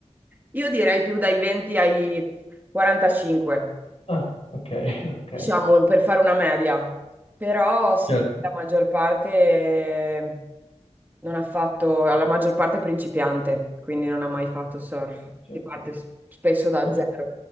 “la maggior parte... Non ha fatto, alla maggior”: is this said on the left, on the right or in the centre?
Right